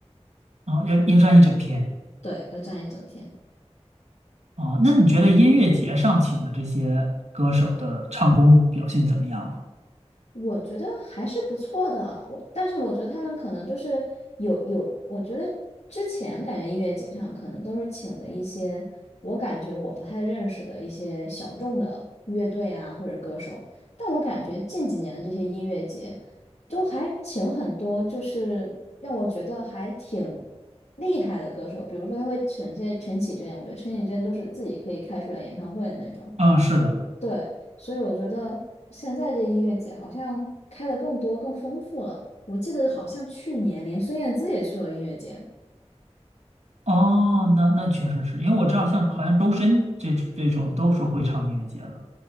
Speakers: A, on the right (about 80°); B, on the left (about 85°).
A: 啊，要要站一整天
B: 对，要站一整天。
A: 啊，那你觉得音乐节上请的这些歌手的唱功表现怎么样了？
B: 我觉得还是不错的，我但是我觉得他们可能就是有有，我觉得之前感觉音乐节上可能都是请的一些我感觉我不太认识的一些小众的乐队啊或者歌手，但我感觉近几年的这些音乐节都还请很多，就是让我觉得还挺厉害的歌手，比如说他会请一些陈绮贞，我觉得陈绮贞都是自己可以开出来演唱会的那种。
A: 啊，是的。
B: 对，所以我觉得现在这音乐节好像开的更多、更丰富了。我记得好像去年连孙燕姿也去了音乐节。
A: 哦，那那确实是因为我知道，像好像周深这这种都是会唱音乐节的。